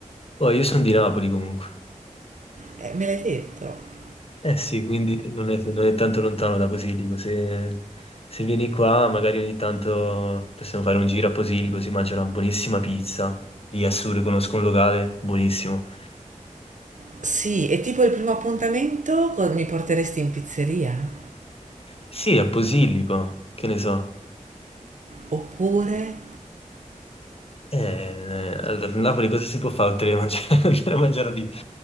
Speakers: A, on the left; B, on the right.
A: Oh, io sono di Napoli comunque.
B: Eh, me l'hai detto.
A: Eh sì, quindi non è, non è tanto lontano da Posillipo. Se, se vieni qua, magari ogni tanto possiamo fare un giro a Posillipo, si mangia una buonissima pizza. Lì a Sur conosco un locale buonissimo.
B: Sì, è tipo il primo appuntamento co- mi porteresti in pizzeria?
A: Sì, a Posillipo, che ne so.
B: Oppure...
A: Eh, allora, a Napoli cosa si può fare oltre a mangiare, <laughs> oltre a mangiare la pizza?